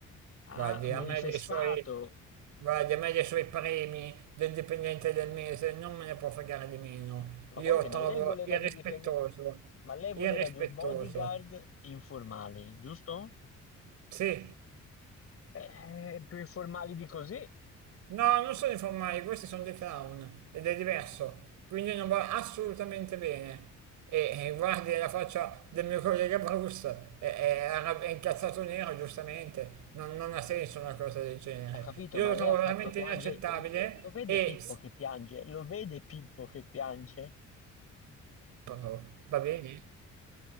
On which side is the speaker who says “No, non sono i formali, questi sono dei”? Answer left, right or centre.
Right